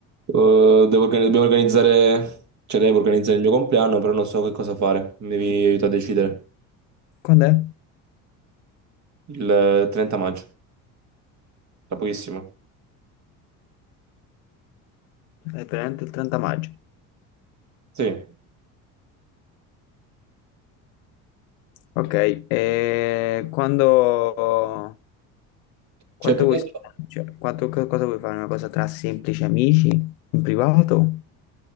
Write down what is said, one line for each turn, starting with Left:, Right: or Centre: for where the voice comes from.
Right: Eh, devo organi- dobbiamo organizzare, cioè devo organizzare il mio compleanno, però non so che cosa fare. Mi devi aiutare a decidere.
Left: Quando è?
Right: Il eh, 30 maggio, tra pochissimo.
Left: È veramente il 30 maggio.
Right: Sì.
Left: Ok, e quando...
Right: Cioè,
Left: Quanto
Right: più
Left: vuoi...
Right: che altro...
Left: spendere? cioè, quanto- co- cosa vuoi fare? Una cosa tra semplici amici, in privato?